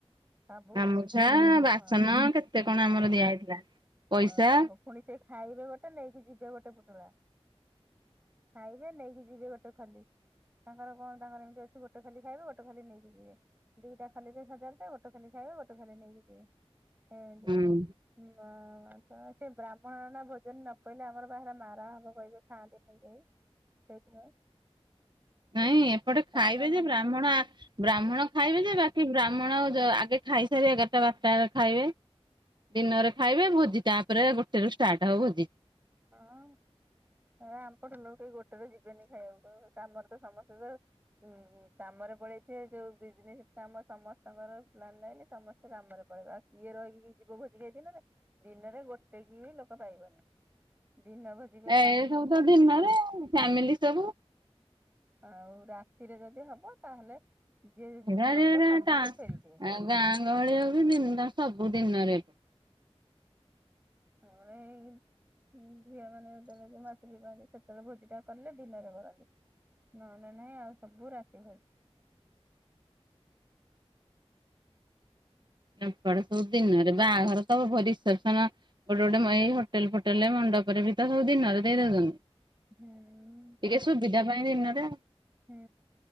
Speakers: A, on the right; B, on the right.
A: ସାବୁନ।
B: ଗାମୁଛା ବାସନ
A: <inaudible>
B: କେତେ କଣ ଆମର ଦିଆ ହେଇଥିଲା ପଇସା
A: ହଁ, ତାଙ୍କୁ ପୁଣି ସେ ଖାଇବେ ଗୋଟେ ନେଇକି ଯିବେ, ଗୋଟେ ପୁଟୁଳା। ଖାଇବେ, ନେଇକି ଯିବେ ଗୋଟେ ଖଲି। ତାଙ୍କର କଣ, ତାଙ୍କର ଏମିତି ଅଛି ଗୋଟେ ଖଲି ଖାଇବେ, ଗୋଟ ଖଲି ନେଇକି ଯିବେ। ଦିଟା ଖଲିରେ ସଜାଡ଼ି ଥିବେ। ଗୋଟେ ଖାଲି ଖାଇବେ, ଗୋଟେ ଖାଲି ନେଇକି ଯିବେ। ସେମିତି।
B: ହୁଁ।
A: ହଁ, ତ ସେ ବ୍ରାହ୍ମଣ ନା। ଭୋଜନ ନ ପଇଲେ ଆମର ବାହାରେ ମାରା ହବ କହିବେ, ଖାଆନ୍ତିନି କେହି। ସେଇଥିପାଇଁ।
B: ନାହିଁ, ଏପଟେ
A: ତାପରେ
B: ଖାଇବେ
A: ମଇଣ୍ଡ
B: ଯେ ବ୍ରାହ୍ମଣ
A: ହବ
B: ଆ ବ୍ରାହ୍ମଣ ଖାଇବେ ଯେ, ବାକି ବ୍ରାହ୍ମଣ ଜ ଆଗେ ଖାଇସାରି, ଏଗାରଟା ବାରଟା ବେଳେ ଖାଇବେ। ଦିନରେ ଖାଇବେ ଭୋଜି। ତାପରେ ଗୋଟେ ରୁ ଷ୍ଟାର୍ଟ ହବ ଭୋଜି।
A: ହଁ। <inaudible> ଆମ ପଟ ଲୋକ କେହି ଗୋଟେ ରେ ଯିବେନି ଖାଇବାକୁ। କହିବେ, କାମର ତ ସମସ୍ତେ ତ ଉଁ, ଉଁ, କାମରେ ପଳେଇଥିବେ। ଯୋଉ ବିଜନେସ୍ କାମ, ସମସ୍ତଙ୍କର ପ୍ଲାନ ହେଇନି, ସମସ୍ତ ସମସ୍ତେ କାମରେ ପଳେଇବ। ଆଉ କିଏ ରହିକି ଯିବ ଭୋଜି ଖାଇ ଦିନରେ, ଦିନରେ ଗୋଟେ କି ବି ଲୋକ ପାଇବନି। ଦିନ ଭୋଜ୍
B: ଏ ସବୁ ତ ଦିନରେ ଆଉ, ଫ୍ୟାମିଲି ସବୁ
A: ଆଉ ରାତିରେ ଯଦି ହବ, ତାହେଲେ ଯିଏ
B: ଏରା
A: ଲୋକ
B: ଏରା
A: ସମସ୍ତେ
B: ଟା
A: ଫେରିଥିବେ।
B: ଆ ଗାଁ ଗହଳିରେ ହଉ ବି, ଦିନ ସବୁ ଦିନରେ।
A: ଆମର ଏଇ ଉଁ ଝିଅ ମାନେ ଯେତେବେଳେ ଯୋଉ ମାସିକା ପାଆନ୍ତି ସେତେବେଳେ ଭୋଜି ଟା କଲେ ଦିନରେ କରନ୍ତି। ନହେଲେ ନାଇଁ ଆଉ ସବୁ ରାତି ହୁଏ।
B: ଏପଟେ ସବୁ ଦିନରେ ବାହାଘର ତ ହବ ରିସେପସନ ଗୋଟେ ଗୋଟେ ଏଇ ହୋଟେଲ୍ ଫୋଟଲ୍ ଏ ମଣ୍ଡପରେ ବି ତ ସବୁ ଦିନରେ ଦେଇଦେଉଛନ୍ତି।
A: ହୁଁ
B: ଟିକେ ସୁବିଧା ପାଇଁ ଦିନରେ ଆଉ।
A: ହୁଁ,